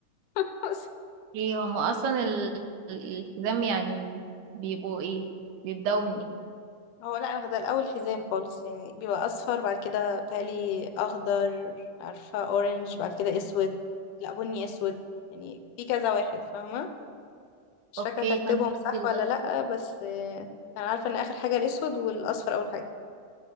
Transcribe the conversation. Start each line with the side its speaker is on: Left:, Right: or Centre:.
Left: <laughs>
Right: ايه هما اصلا ال... ال- الحزام يعني بيبقوا ايه بيبدأوا من ايه
Left: هو لا انا ده الاول حزام خالص يعني بيبقى اصفر بعد كده بتهيألي اخضر عارفه اورنج بعد كده اسود لا بني اسود يعني في كذا واحد فاهمه مش
Right: اوكي
Left: فاكره ترتيبهم
Right: فانت تاخدي
Left: صح
Right: الاصفر
Left: ولا لا بس آه، انا عارفه ان اخر حاجه الاسود والاصفر اول حاجه